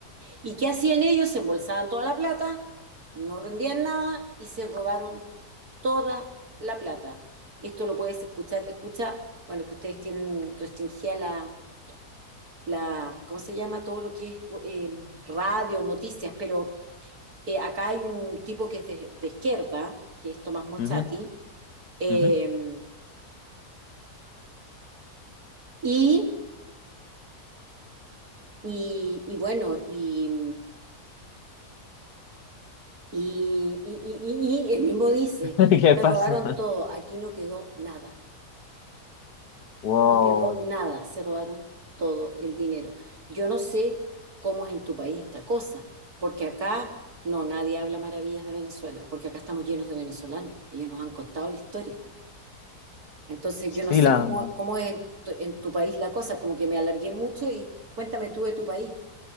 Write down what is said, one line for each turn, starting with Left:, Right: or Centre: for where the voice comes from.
Right: ¿Y qué hacían ellos? Se embolsaban toda la plata, no rendían nada y se robaron toda la plata. Esto lo puedes escuchar, escucha, bueno, que ustedes tienen restringida la la, ¿cómo se llama? Todo lo que es eh, radio, noticias, pero eh, acá hay un tipo que es de, de izquierda, que es Tomás Mochati,
Left: Ujú,
Right: eh,
Left: ujú.
Right: y, y, y bueno, y, y, y, y y- y él mismo dice,
Left: <laughs> ¿Qué
Right: se
Left: pasó?
Right: robaron todo, aquí no quedó nada.
Left: Wow.
Right: No quedó nada, se robaron todo el dinero. Yo no sé cómo es en tu país esta cosa, porque acá no, nadie habla maravillas de Venezuela, porque acá estamos llenos de venezolanos, ellos nos han costado la historia. Entonces
Left: Sí,
Right: yo no sé
Left: la,
Right: cómo, cómo es en tu, en tu país la cosa, como que me alargué mucho y cuéntame tú de tu país.